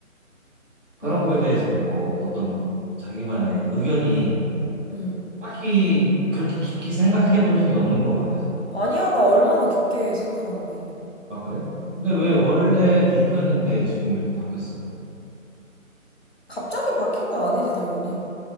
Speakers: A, on the right; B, on the left.
A: 그런
B: 음,
A: 거에 대해서 뭐 어떤 자기만의 의견이
B: 음.
A: 딱히 그렇게 깊게 생각해 본 적이 없는 것 같아서.
B: 아니야 나 얼마나 깊게 생각하는데
A: 아, 그래? 근데
B: 음.
A: 왜 원래 딩크였는데 지금 이렇게 바뀌었어?
B: 갑자기 바뀐 건 아니지 당연히